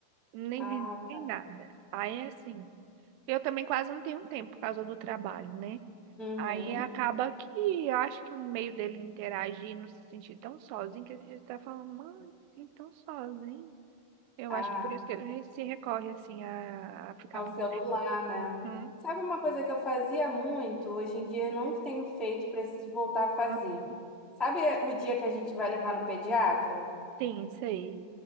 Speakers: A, on the right; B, in the centre.
A: nem
B: Ah,
A: vizinho, nem nada. Aí é assim. Eu também quase não tenho tempo por causa do trabalho, né?
B: uhum.
A: Aí acaba que acho que o meio dele interagir e não se sentir tão sozinho, que ele tá falando, mano, assim, tão sozinho. Eu
B: Ah,
A: acho que por isso que ele re- se recorre, assim, a, a ficar
B: ao
A: muito
B: celular,
A: tempo.
B: né?
A: Hum,
B: Sabe uma coisa que eu fazia muito, hoje em dia eu não tenho feito, preciso voltar a fazer.
A: hum.
B: Sabe o dia que a gente vai levar no pediatra?
A: Sim, isso aí.